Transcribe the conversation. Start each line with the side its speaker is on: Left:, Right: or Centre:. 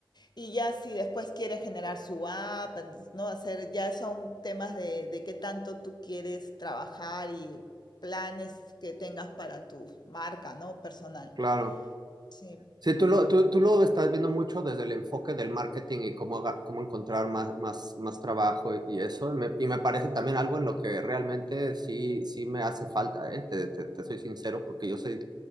Left: y ya si después quiere generar su app, entonces, ¿no? Hacer, ya son temas de, de qué tanto tú quieres trabajar y planes que tengas para tu marca, ¿no? Personal.
Right: claro.
Left: Sí.
Right: Sí, tú lo, tú, tú lo estás viendo mucho desde el enfoque del marketing y cómo, aga- cómo encontrar más, más, más trabajo y eso. Me- y me parece también algo en lo que realmente sí, sí me hace falta, ¿eh? Te, te- te soy sincero, porque yo soy,